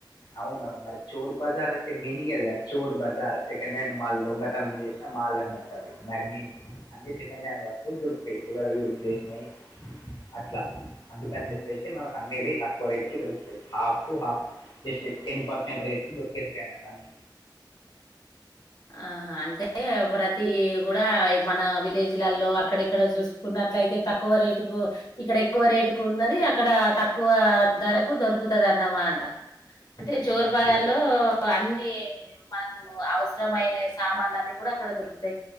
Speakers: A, on the left; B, on the left.
A: అవున అవును మరి చోర్ బజార్ అంటే మీనింగ్ అది కదా చోర్ బజార్ సెకండ్ హ్యాండ్ మాల్ దొంగ ద్ తనం చేసిన మాల్ అన్నట్టు అది దాని మీనింగ్ అన్ని సెకండ్ హ్యాండ్ వస్తువులు దొర్కుతాయి ఎవరు యూజ్ చేసినాయి అట్లా అందుకని చెప్పేసి మనకు అమ్మేది తక్కువ రేట్కి దొరుకుతుంది half to half just ten percent రేట్కూ దొర్కేస్తయ్ అన్నట్టు అన్ని
B: ఆహా అంటే ప్రతి కూడా మన విలేజ్లలో అక్కడక్కడ చూసుకున్న అట్లాలయితే తక్కువ రేటు కు ఇక్కడ ఎక్కువ రేటు కు ఉన్నది అక్కడ తక్కువ ధరకు దొరుకుతది అనమాట అంటే
A: ఇప్పుడు
B: చోరు
A: మనం
B: బజార్
A: షర్ట్ ఇక
B: లో అన్ని మనకు అవస మైన సామాన్లు అన్నిీ కూడా అక్కడ దొరుకుతాయి